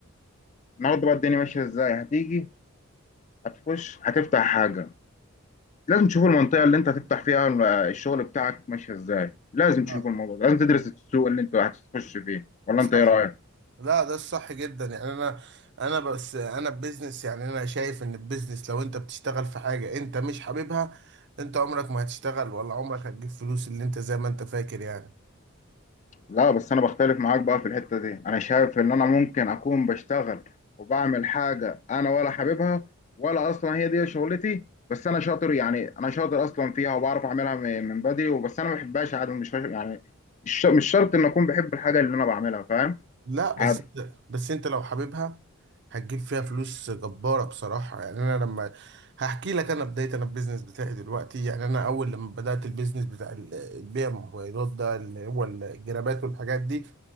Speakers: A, on the left; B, on the right.
A: النهارده بقى الدنيا ماشيه ازاي هتيجي هتخش هتفتح حاجه لازم تشوف المنطقه اللي انت هتفتح فيها الشغل بتاعك ماشيه ازاي لازم
B: آه،
A: تشوف الموضوع ده لازم تدرس السوق اللي انت هتخش فيه ولا
B: صح
A: انت ايه رايك
B: لا ده الصح جدا يعني انا انا بس انا بزنس يعني انا شايف ان البيزنس لو انت بتشتغل في حاجة انت مش حاببها انت عمرك ما هتشتغل ولا عمرك هتجيب فلوس اللي انت زي ما انت فاكر يعني
A: لا بس انا بختلف معاك بقى في الحتة دي انا شايف ان انا ممكن اكون بشتغل وبعمل حاجة انا ولا حاببها ولا اصلا هي دي شغلتي بس انا شاطر يعني انا شاطر اصلا فيها وبعرف اعملها م- من بدري وبس انا ما بحبهاش عادي مش يعني مش مش شرط ان اكون بحب الحاجة اللي انا بعملها فاهم
B: لا بس
A: عادي
B: انت بس انت لو حاببها هتجيب فيها فلوس جبارة بصراحة يعني انا لما هحكي لك انا بداية انا البيزنس بتاعي دلوقتي يعني انا اول لما بدأت البيزنس بتاع ال- البيع موبايلات ده اللي هو الجرابات والحاجات دي